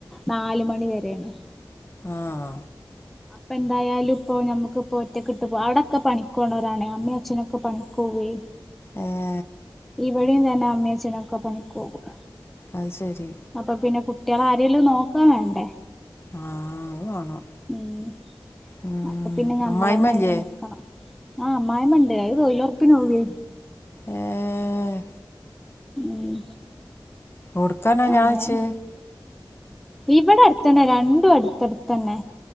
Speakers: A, in the centre; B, on the left.
A: നാല് മണിവരെയാണ്.
B: ആഹ്.
A: ഇപ്പ എന്തായാലും ഇപ്പോ ഞമ്മക്കിപ്പോ ഒറ്റക്ക് ഇട്ട് പോ അവിടൊക്കെ പണിക്കോണവരാണ്. അമ്മയും അച്ഛനൊക്കെ പണിക്കു പോവേ.
B: ഏഹ്.
A: ഇവിടേം ഇതന്നെ. അമ്മയും അച്ഛനൊക്കെ പണിക്കു പോകും.
B: അത് ശരി.
A: അപ്പൊ പിന്നെ കുട്ടികളെ ആരെലും നോക്കാൻ വേണ്ടേ.
B: ആഹ് അത് വേണം.
A: ഉം
B: ഉം
A: അപ്പൊ പിന്നെ ഞമ്മള്
B: അമ്മായിമ്മല്ലേ
A: തന്നെ അയിന് നിക്കണം. ആഹ് അമ്മായിയമ്മ ഇണ്ട്. അത് തൊയിലുറപ്പിനു പോവേ.
B: ഏഹ്.
A: ഉം
B: ഒടുക്കാനാ
A: അങ്ങനെ.
B: ഞാൻ വെച്ച്
A: ഇവിടെ അടുത്തന്നെ രണ്ടും അടുത്തടുത്തന്നെ